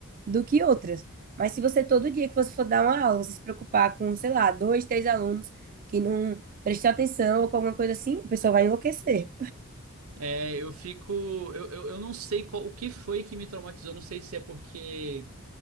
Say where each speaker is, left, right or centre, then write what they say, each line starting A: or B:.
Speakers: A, on the right; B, on the right.
A: do que outras. Mas se você todo dia que você for dar uma aula, você se preocupar com, sei lá, dois, três alunos que não prestam atenção ou com alguma coisa assim, a pessoa vai enlouquecer.
B: É, eu fico. Eu, eu, eu não sei qual, o que foi que me traumatizou. Não sei se é porque